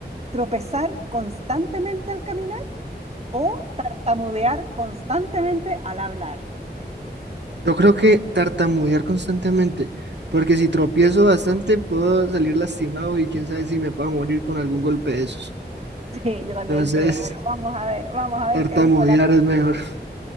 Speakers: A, on the right; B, on the right.
A: ¿Tropezar constantemente al caminar? o tartamudear constantemente al hablar.
B: yo creo que tartamudear constantemente, porque si tropiezo bastante puedo salir lastimado y quién sabe si me puedo morir con algún golpe de esos.
A: Sí, yo también
B: Entonces,
A: creo, pero vamos a ver, vamos a
B: tartamudear
A: ver qué dijo la...
B: es mejor. <laughs>